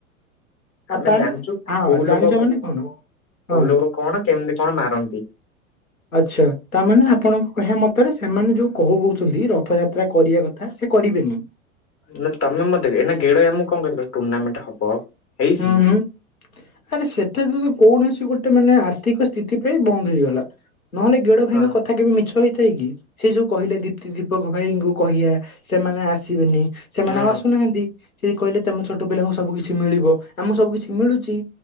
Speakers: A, on the left; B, on the left.
A: ଆମେ
B: ଆ ତାହଲେ
A: ଜାଣିଛୁ
B: ହଁ।
A: କୋଉ ଲୋକ
B: ଜାଣିଚ ମାନେ କଣ
A: କୋଉ
B: ହଁ।
A: ଲୋକ କଣ କେମିତି କଣ ମାରନ୍ତି।
B: ଆଚ୍ଛା ତାମାନେ ଆପଣ କହିବା ମତରେ ସେମାନେ ଯୋଉ କହୁ କହୁଛନ୍ତି ରଥଯାତ୍ରା କରିବା କଥା ସେ କରିବେନି?
A: ନା ତମେ ମତେ କେ ଏନା ଗେଡଆଇ ମୁଁ କଣ କହିଥିଲ ଟୁର୍ଣ୍ଣାମେଣ୍ଟ ହବ ହେଇଚି?
B: ହୁଁ ହୁଁ ଆରେ ସେଠା ତ ତ କୌଣସି ଗୋଟେ ମାନେ ଆର୍ଥିକ ସ୍ଥିତି ପାଇଁ ବନ୍ଦ ହେଇଗଲା ନହେଲେ ଗେଡ ଭାଇଙ୍କ
A: ହଁ
B: କ କଥା କେବେ ମିଛ ହେଇଥାଏ କି ସିଏ ଯୋଉ କହିଲା ଦୀପ୍ତି ଦୀପକ ଭାଇଙ୍କୁ କହିଲା ସେମାନେ ଆସିବେନି ସେମାନେ
A: ହୁଁ
B: ଆଉ ଆସୁନାହାନ୍ତି ସେ କହିଲେ ତମ ଛୋଟ ପିଲାଙ୍କୁ ସବୁ କିଛି ମିଳିବ ଆମକୁ ସବୁ କିଛି ମିଳୁଚି।